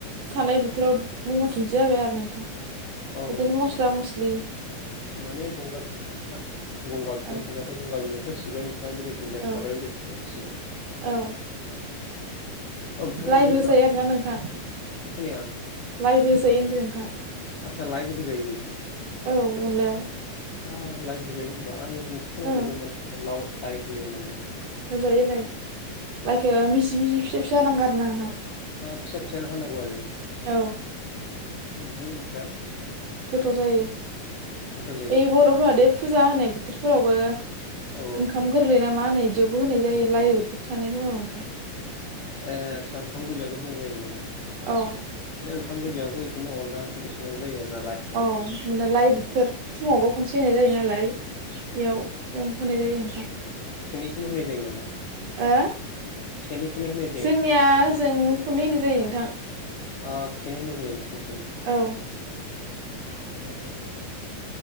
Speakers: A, on the right; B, on the left.
A: थानाय बोथोराव गंहार थुनदिया होबाय आरो नोंथां
B: औ
A: बेदिनो
B: आदसा
A: मस्ला मसलि
B: माने गंगार दुनदिया गंगार दुन्दिया
A: औ
B: थाबाथाय गंगार दुन्दियाखौ होसिगोन ओम फ्राय बेलेग दुन्दिया
A: औ
B: थाबाथाय बेलेग दुन्दिया होसिगोन
A: औ
B: ओमफ्राय
A: लाइबो
B: बिनि
A: होजायो
B: उनाव
A: आरोना नोंथां
B: खोनाया
A: लाइबो होजायो होनदो नोंथां
B: आस्सा लाइबो होजायो बेजों
A: औ अनलायाव
B: ओ लाइबोहोजायो होमबा आङो दिनैसो खोना
A: ओं
B: फेरदोंमोन लाव लाइ होयो होननानै
A: होजायो लाय लाइखो मिजि मिजि फिसा फिसा हानांगौ आरोना नोंथां
B: ओ फिसा फिसानो हाननांगौ आरो ओमहो
A: औ
B: ओमफ्राय
A: गोथाव जायो
B: गोथाव जायो
A: ओइ बर'फोरा दे फुजा होनाय बोथोरफोरावबो
B: औ
A: ओंखाम गोरलै ना मा होनो इदियावबो होनाय जायो लाय बोथोर थानाय समाव नोंथां।
B: ए आच्छा ओंखाम गोरलयबो होनाय जायो माने।
A: औ
B: माने ओखाम गोरलयबो बिदि अनला ओंख्रिखौ संनाय जायो नालाय।
A: औ मोनालाय बोथोर समावबो खनसे होनाय जायो नालाय बेयाव उम होनाय जायो नोंथां।
B: खिनिखिनि होनाय जायो नामा?
A: ओ
B: खेनि खेननै होनो
A: जोंनियाओजों खननै होननाय जायो नोंथां
B: ओ खेननै होनाय जायो नोंसिनिथिं
A: औ
B: ओ